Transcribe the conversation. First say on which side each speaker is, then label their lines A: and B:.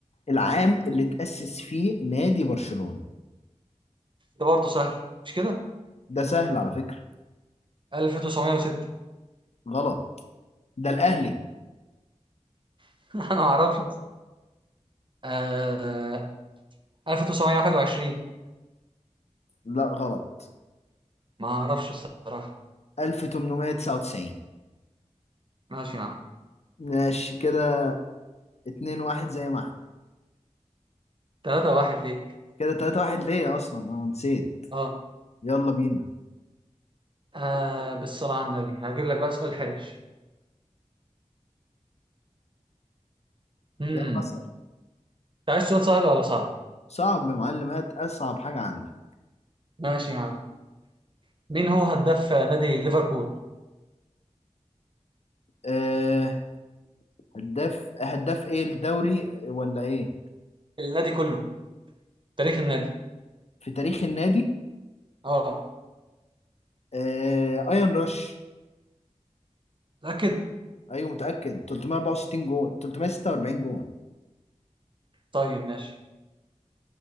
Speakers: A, on the left (about 60°); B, on the right (about 40°).
A: العام اللي تأسس فيه نادي برشلونة
B: ده برضه سهل مش كده
A: ده سهل على فكرة
B: 1906
A: غلط ده الأهلي
B: <laughs> أنا ما أعرفش أصلاً. آه، 1921
A: لا غلط
B: ما أعرفش الصراحة
A: 1899
B: ماشي يا عم
A: ماشي كده 2 1 زي ما احنا
B: 3 1 ليك
A: كده 3 1 ليا أصلا أنا نسيت
B: أه
A: يلا بينا
B: آه، بالصلاة على النبي هجيب لك بقى سؤال حرش امم
A: يلا اسأل
B: انت عايز سؤال سهل ولا صعب؟
A: صعب يا معلم هات أصعب حاجة عندك
B: ماشي يا عم مين هو هداف نادي ليفربول؟
A: أه هداف هداف إيه الدوري ولا إيه
B: النادي كله تاريخ النادي
A: في تاريخ النادي
B: اه
A: أه أيان راش
B: متأكد؟
A: أيوه متأكد 364 جون 346 جون
B: طيب ماشي